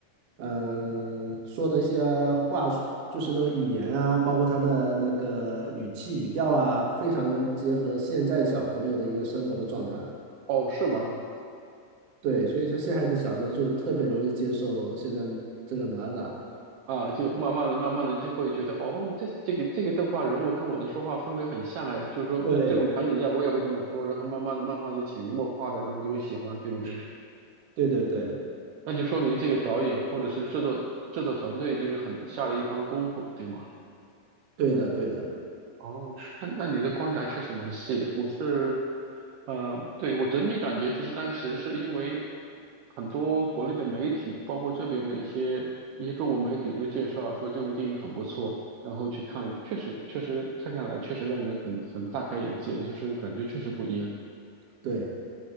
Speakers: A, on the right (about 70°); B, on the right (about 85°).
A: 嗯、说的一些话术就是那个语言啊，包括他的那个语气语调啊，非常结合现在小朋友的一个生活的状态。
B: 哦，是吗？
A: 对，所以说现孩子小时候就特别容易接受现在这个哪吒。
B: 啊，就慢慢的、慢慢的就会觉得，哦，这这个这个动画人物跟我的说话风格很像哎，就是说这种场景下我也会这么说，
A: 对，
B: 然后慢慢的、慢慢的就潜移默化的，然后就会喜欢，对不对？
A: 对对对，
B: 那就说明这个导演或者是制作制作团队就是很下了一番功夫，对吗？
A: 对的，对的，
B: 哦，那那你的观察确实蛮细的。我是，呃，对，我整体感觉就是当时是因为很多国内的媒体，包括这边的一些一些中国媒体都介绍说这部电影很不错，然后去看，确实确实看下来确实让人很很大开眼界，就是感觉确实不一样。
A: 对。